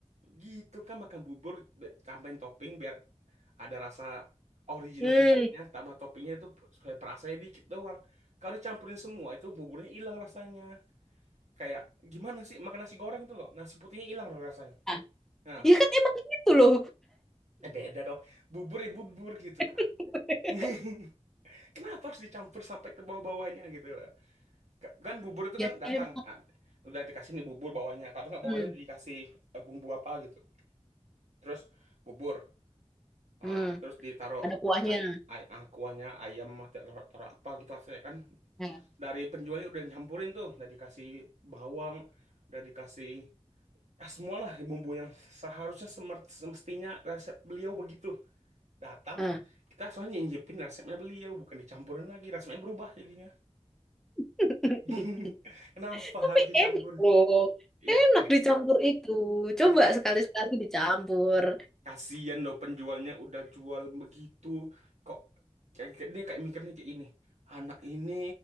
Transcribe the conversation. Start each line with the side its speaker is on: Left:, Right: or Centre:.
Right: Gitu kan makan bubur, be- tambahin topping biar ada rasa original
Centre: Hmm.
Right: buburnya, tambah toppingnya itu supaya perasanya dikit doang. Kalau dicampurin semua itu buburnya hilang rasanya. Kayak gimana sih makan nasi goreng itu loh. Nasi putihnya hilang loh rasanya.
Centre: Nah,
Right: Nah,
Centre: ya kan emang gitu loh.
Right: eh beda dong. Bubur ya bubur gitu kan.
Centre: <laughs>
Right: <laughs> Kenapa harus dicampur sampai ke bawah-bawahnya gitu? Ka- Kan bubur itu
Centre: Ya
Right: kan
Centre: enak.
Right: datang kan. Udah dikasih nih bubur bawahnya. Kalau nggak
Centre: Hmm.
Right: bawahnya dikasih eh, bumbu apa gitu. Terus bubur. Ah,
Centre: Hmm.
Right: terus ditaruh
Centre: ada kuahnya.
Right: ay ay ah, kuahnya ayam atau taruh, taruh apa gitu Akhirnya kan
Centre: Nah,
Right: dari penjualnya udah nyampurin tuh udah dikasih bawang udah dikasih ah, semualah bumbu yang seharusnya semer- semestinya resep beliau begitu. Datang,
Centre: nah.
Right: kita soalnya nyicipin resepnya beliau, bukan dicampurin lagi. Resepnya berubah jadinya.
Centre: <laughs>
Right: <laughs> Kenapa
Centre: Tapi
Right: harus dicampur?
Centre: enak loh.
Right: Ya,
Centre: Enak dicampur itu. Coba
Right: <laughs> kan kak,
Centre: sekali-sekali dicampur.
Right: kasihan loh penjualnya udah jual begitu. Kok kayak- kayak- dia kayak mikirnya kayak ini. Anak ini